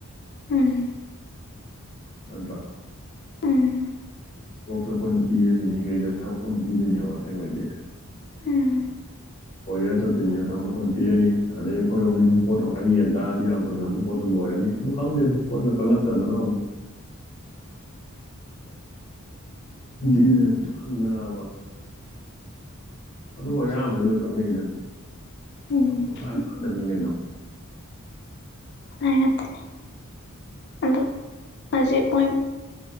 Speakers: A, on the left; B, on the left.
A: ꯎꯝ
B: ꯑꯗ
A: ꯎꯝ ꯎꯝ ꯎꯝ
B: ꯀꯣꯛꯁꯨ ꯑꯩꯈꯣꯏꯅ ꯄꯤꯔꯅꯤ ꯃꯤꯈꯩꯁꯦ <unintelligible> ꯀꯁꯨ ꯑꯩꯈꯣꯏꯅ ꯄꯤꯗꯣꯏꯅꯦꯕ ꯑꯁꯦꯡꯕꯩꯗꯤ
A: ꯎꯝ
B: ꯑꯣꯏꯒꯔꯥ ꯆꯠꯇꯣꯏꯕꯅꯤꯅ ꯊꯕꯛꯇ ꯑꯩꯈꯣꯏꯅ ꯄꯤꯔꯅꯤ ꯑꯗꯩ ꯑꯩꯈꯣꯏꯔꯣꯝꯒꯤꯗꯨꯝ ꯄꯣꯠꯇꯣ ꯈꯛꯇꯪ ꯌꯦꯟ ꯇꯔꯗꯤ ꯌꯥꯝ ꯊꯅꯁꯨ ꯄꯣꯠꯇꯣ ꯂꯣꯏ ꯑꯣꯏꯔꯅꯤ ꯑꯗꯨ ꯈꯪꯗꯦ ꯀꯛꯂꯛꯇꯗꯅ ꯑꯃꯨꯛ
A: <inaudible> <unintelligible>
B: ꯕꯤꯖꯤꯅꯦꯁ ꯃꯥꯡꯗ꯭ꯔꯕ ꯑꯗꯨꯕꯨ ꯑꯌꯥꯝꯕꯗꯤ ꯂꯣꯏ ꯀꯛꯅꯩ
A: ꯑꯗꯨꯃꯥꯏ
B: <unintelligible> ꯀꯩꯅꯣ
A: ꯍꯣꯠꯅꯔꯥ ꯉꯥꯛꯇꯅꯤ ꯑꯗꯨ ꯍꯧꯖꯤꯛ ꯑꯣꯏ